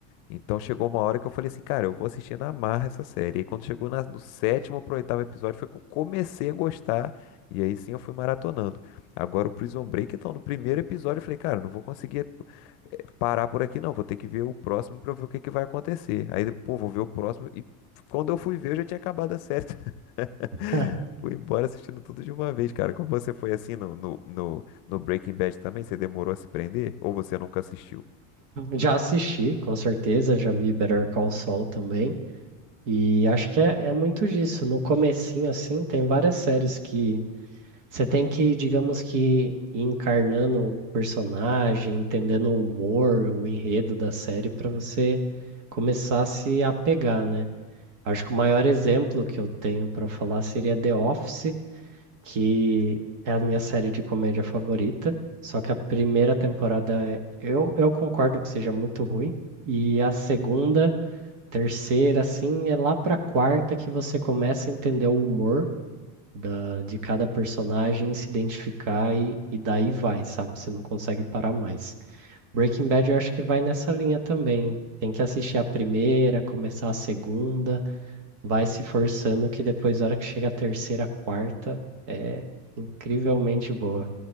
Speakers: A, on the left (about 65°); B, on the right (about 70°).
A: Então chegou uma hora que eu falei assim, cara, eu vou assistir na marra essa série. E quando chegou na- no sétimo pro oitavo episódio foi que eu comecei a gostar. E aí sim eu fui maratonando. Agora o Prison Break, então, no primeiro episódio eu falei, cara, não vou conseguir parar por aqui não. Vou ter que ver o próximo pra eu ver o que que vai acontecer. Aí, pô, vou ver o próximo. E quando eu fui ver, eu já tinha acabado a série. <laughs>
B: É.
A: Fui embora assistindo tudo de uma vez, cara. Como você foi assim no, no, no, no Breaking Bad também? Você demorou a se prender? Ou você nunca assistiu?
B: Já assisti, com certeza, já vi Better Call Saul também. E acho que é, é muito disso. No comecinho, assim, tem várias séries que você tem que, digamos que, ir encarnando o personagem, entendendo o humor, o enredo da série, para você começar a se apegar, né? Acho que o maior exemplo que eu tenho para falar seria The Office, que é a minha série de comédia favorita. Só que a primeira temporada, é- eu, eu concordo que seja muito ruim. E a segunda Terceira, assim, é lá pra quarta que você começa a entender o humor da, de cada personagem, e se identificar e, e daí vai, sabe? Você não consegue parar mais. Breaking Bad eu acho que vai nessa linha também. Tem que assistir a primeira, começar a segunda, vai se forçando que depois, na hora que chega a terceira, quarta, é incrivelmente boa.